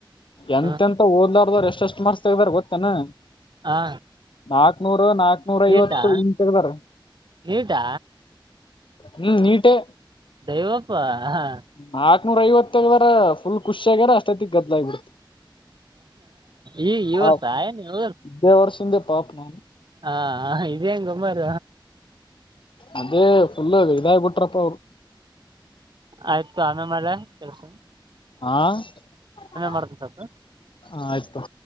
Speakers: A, on the left; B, on the right.
A: ಎಂತ
B: ಹ
A: ಓದಲಾರ್ದವ್ರು ಎಷ್ಟ ಎಷ್ಟ ಮಾರ್ಕ್ಸ್ ತೆಗ್ದವುರ್ ಗೊತ್ತೇನಾ
B: ಹ
A: ನಾಕ್ನೂರು ನಾಕ್ನೂರ
B: ನೀಟಾ
A: ಐವತ್ತು ಇದಾರ
B: ನೀಟಾ
A: ಹ್ಮ್ ನೀಟೇ
B: ದೈವಪ್ಪ ಹ
A: ನಾಕ್ರ ಐವತ್ತಗದಾರ ಫುಲ್ ಖುಷಿ ಆಗಾರ ಅಷ್ಟೈತ್ತಗ ಗದಲ ಆಗ್ಬಿಡ್
B: ಈ ಇವರ್
A: ಪಾಪ್
B: ಸಾಯನು ಇವ
A: ಇದೇ ವರ್ಷಿಂದೆ ಪಾಪ ನಾನು
B: ಹಾ ಇದೇಂಗ ಗೊಮ್ಮಾರ
A: ಅದೇ ಫುಲ್ ಇದಾಯ ಬಿಟ್ರಪ್ಪ ಅವ್ರು
B: ಆಯ್ತು ಆಮೆ ಮಾಡೆ ಕೆಲ್ಸ
A: ಹಾ ಹ
B: ಮಾಡ್ತೀನಿ ಸ್ವಲ್ಪ
A: ಆಯ್ತಾ